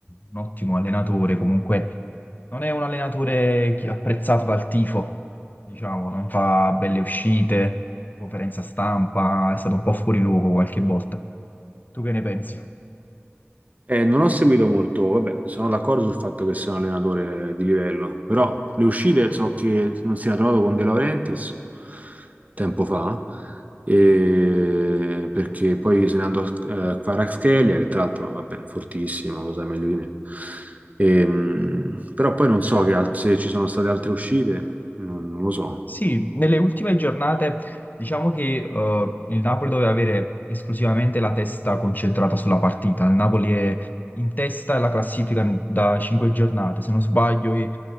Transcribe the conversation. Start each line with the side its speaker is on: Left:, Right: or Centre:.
Left: un ottimo allenatore, comunque non è un allenatore chi- apprezzato dal tifo, diciamo, non fa belle uscite, conferenza stampa, è stato un po' fuori luogo qualche volta. Tu che ne pensi?
Right: Eh, non ho seguito molto, vabbè, sono d'accordo sul fatto che sia un allenatore di livello, però le uscite so che non si era trovato con De Laurentiis tempo fa, e- perché poi se ne andò eh, a eh, Kvaratskhelia, che tra l'altro, vabbè, fortissimo, lo sai meglio di me. Ehm, però poi non so che alt- se ci sono state altre uscite, non non lo so.
Left: Sì, nelle ultime giornate diciamo che eh, il Napoli doveva avere esclusivamente la testa concentrata sulla partita. Il Napoli è in testa alla classifica da cinque giornate, se non sbaglio, e